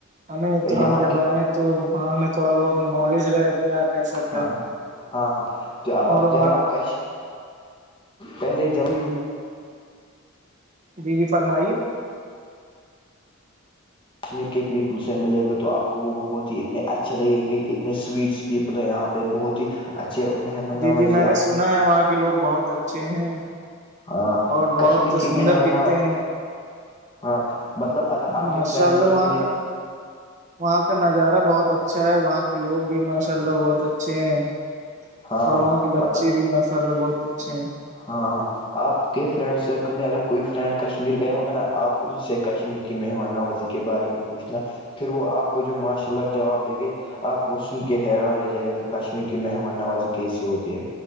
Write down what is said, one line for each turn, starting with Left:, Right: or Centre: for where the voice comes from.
Right: ہمیں تو
Left: یہاں
Right: ہم جب
Left: کی
Right: آئے تو وہاں ہم تھوڑا بہت نالج رہے کیا کیسا کیا
Left: ہاں ہاں ہاں ج اب
Right: اور
Left: جب
Right: وہاں
Left: آابپ کش پہلے جب
Right: <unintelligible> <inaudible> جی جی فرمائیے
Left: کشمیر کے پیپل سے ملے گا تو آپ کو وہ بہت ہی اتنے اچھے لگے گے کہ اتنے سوئٹس پیپل ہے یہاں پہ بہت ہی اچھا <unintelligible>
Right: جی جی میں نے سنا ہے وہاں کے لوگ بہت اچھے ہیں
Left: ہاں
Right: اور
Left: کشمیر
Right: بہت
Left: کی
Right: سندر
Left: مہمان
Right: دکھتے ہیں
Left: ہاں مطلب اگر آپ
Right: ماشاء
Left: کے فرینڈ
Right: اللہ
Left: سرکل
Right: وہاں
Left: میں
Right: کا وہاں کا نظارہ بہت اچھا ہے وہاں کے لوگ بھی ن ماشاء اللہ بہت اچھے ہیں
Left: ہاں
Right: اور
Left: ہاں
Right: وہاں کے بچے
Left: مطلب
Right: بھی ماشاء اللہ بہت اچھے ہیں
Left: ہاں ہاں آپ کے فرینڈ سرکل میں اگر کوئی فرینڈ کشمیر گیا ہوگا نا آپ ان سے کشمیر مہمان نوزی کے بارے میں پوچھنا پھر وہ آپ کو جو ماشاء اللہ جواب دے گے آپ وہ سن کے حیران رہ جائے گا کہ کشمیر کی مہمان نوازی کیسی ہوتی ہے